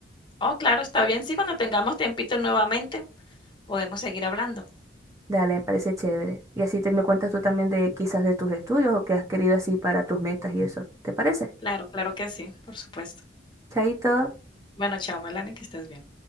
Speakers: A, on the left; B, on the right.
A: Oh, claro, está bien. Sí, cuando tengamos tiempito nuevamente, podemos seguir hablando.
B: Dale, me parece chévere. Y así te me cuentas tú también de quizás de tus estudios o qué has querido así para tus metas y eso. ¿Te parece?
A: Claro, claro que sí, por supuesto.
B: Chaito.
A: Bueno, chao, Melanie, que estés bien.